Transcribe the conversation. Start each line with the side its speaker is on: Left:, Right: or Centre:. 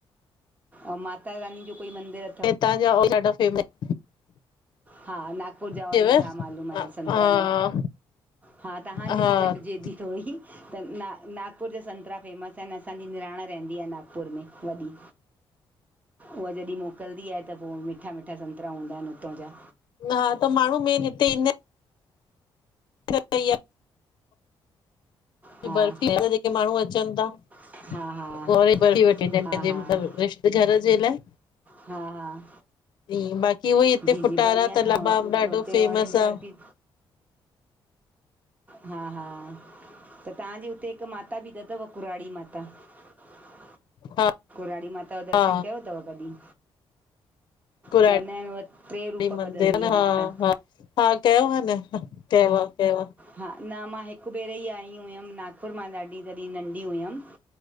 Right: ऐं माता रानी जो कोई मंदिर
Left: हितां जो उइ ॾाढो फेमस
Right: हा नाग पुर जा ऑरेंज
Left: चयव
Right: हा मालूम आए संतरा
Left: हा
Right: में, हा तांहांजी
Left: हा
Right: बि कटिजे बि थोङी त ना नागपुर जा संतरा फेमस अनि, असांजी निराण रहंदी आए नागपुर में वॾी। उह जॾहिं मोकलंदी आए, त पो मिठ्ठा मिठ्ठा संतरा हूंदा अनि हुतां जा।
Left: हा त माण्हू मेन हिते ईंदा अनि। सही <unintelligible> आ
Right: हा
Left: बर्फी थी वेंदां त जेके माण्हू अचनि ता।
Right: हा हा
Left: पो वरी बर्फी वठी अचनि
Right: हा
Left: पंहिंजे
Right: हा
Left: रिश्त घर जे लाइ।
Right: हा हा,
Left: बाक़ी उहोई हिते
Right: जी
Left: फुटारा
Right: जी, बढ़िया न
Left: त लबाब
Right: आ
Left: ॾाढो
Right: उते
Left: फेमस
Right: ऑरेंज
Left: आ।
Right: बर्फी हा हा, त तांहांजे हुते हिकु माता बि त अथव कुराड़ी माता? ता हा
Left: हा
Right: कुराड़ी माता जो दर्शन
Left: हा
Right: कयो तव कॾहिं?
Left: पुराणी
Right: चयंदा अनि उह ट्रे रूप
Left: मंदिर
Right: बदलदी
Left: न
Right: आ
Left: हा
Right: माता!
Left: हा हा कयो आह न, हा कयो आ कयो आ।
Right: हा न मां हिकु भेरे ई आई हुयमि, नागपुर मां ॾाढी जॾहिं नंढी हुयमि।